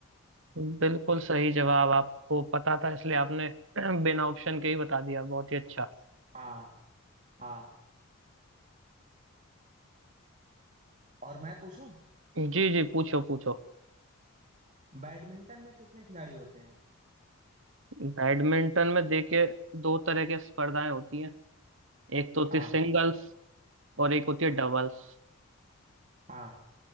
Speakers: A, on the right; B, on the right.
A: बिल्कुल सही जवाब आपको पता था इसलिए आपने <clears throat> बिना ऑप्शन के ही बता दिया बहुत ही अच्छा
B: हाँ हाँ और मैं पूछूं
A: जी जी पूछो पूछो
B: बैडमिंटन में कितने खिलाड़ी होते हैं
A: बैडमिंटन में देखिए दो तरह की स्पर्धाएं होती हैं एक तो होती
B: हाँ
A: है सिंगल्स और एक होती है डबल्स
B: हाँ